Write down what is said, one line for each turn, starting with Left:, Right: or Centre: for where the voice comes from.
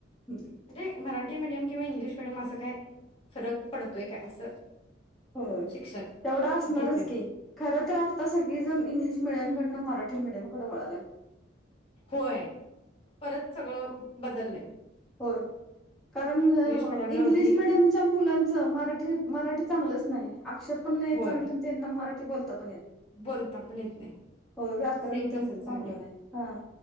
Centre: हम्म,
Left: म्हे मराठी मराठी मीडियम किंवा इंग्लिश मिीडियम असं काय फरक पडतोय का असं.
Centre: हो
Left: शिक्षण
Centre: तेवढं असणारच
Left: घेतलेलं
Centre: की खर तर आता सगळी जन इंग्लिश मिडियम कडन मराठी मिडियमकड वळालाय.
Left: होय. परत सगळं बदललय.
Centre: होय. कारण
Left: मिडियमला
Centre: इंग्लिश
Left: होती
Centre: मिडयमच्या मुलांचं मराठी मराठी चांगलंच नाही आय अक्षर पण नाही
Left: होय
Centre: चांगलं आणि त्यांना मराठी ते बोलता पण ये
Left: बोलता पण येत नाही
Centre: होय व्याकरण
Left: सेम
Centre: त्यांच
Left: तसच
Centre: चांगलं
Left: झालंय
Centre: नाही. हां,